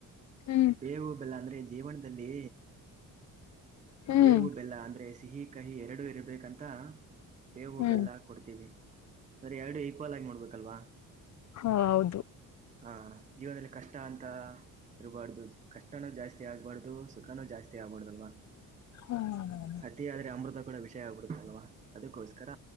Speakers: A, on the left; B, on the right.
A: ಹ್ಮ
B: ಬೇವು ಬೆಲ್ಲ ಅಂದ್ರೆ ಜೀವನದಲ್ಲಿ
A: ಹ್ಮ್
B: ಬೇವು ಬೆಲ್ಲ ಅಂದ್ರೆ ಸಿಹಿ ಕಹಿ ಎರಡು ಇರ್ಬೇಕಂತ ಬೇವು
A: ಹ್ಮ್
B: ಬೆಲ್ಲ. ಕೊಡ್ತೀವಿ ಸರಿ ಎರಡು ಈಕ್ವಲಾಗಿ ನೋಡ್ಬೇಕಲ್ವಾ.
A: ಹಾ ಹೌದು.
B: ಹಾ ಜೀವನದಲ್ಲಿ ಕಷ್ಟ ಅಂತ. ಇರ್ಬಾಡ್ದ ಕಷ್ಟನೂ ಜಾಸ್ತಿ ಆಗ್ಬಾಡಾದು ಸುಖನೂ ಜಾಸ್ತಿ ಆಬಾಡದಲ್ವ.
A: ಹ್ಮ್
B: ಅತಿ ಆದ್ರೆ ಅಮೃತ ಕೂಡ ವಿಷಯ ಆಗ್ಬಿಡುತ್ತಲ್ವಾ ಅದಕ್ಕೋಸ್ಕರ